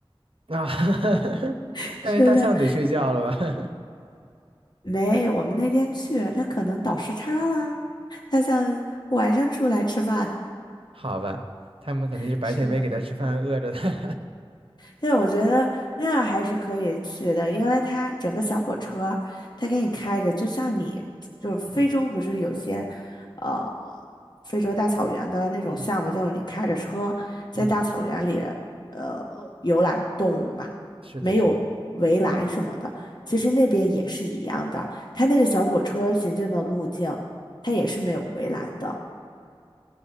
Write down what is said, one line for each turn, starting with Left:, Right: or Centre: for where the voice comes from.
Right: 啊，<laughs>
Left: <laughs>
Right: 但是大象得睡觉了吧？
Left: 是的，没，我们那天去，他可能倒时差了，他想晚上出来吃饭。
Right: 好吧，他们肯定是白天没给他吃饭，
Left: <laughs> 是，
Right: 饿着他。
Left: 对，我觉得那样还是可以去的，因为它整个小火车，它给你开着，就像你就是非洲不是有些，
Right: <laughs> 嗯
Left: 呃，非洲大草原的那种项目，
Right: 嗯
Left: 就是你开着车在大草原里，
Right: 嗯，
Left: 呃，游览动物嘛，
Right: 是的，
Left: 没有围栏什么的，
Right: 是的。
Left: 其实那边也是一样的，它那个小火车行进的路径，它也是没有围栏的，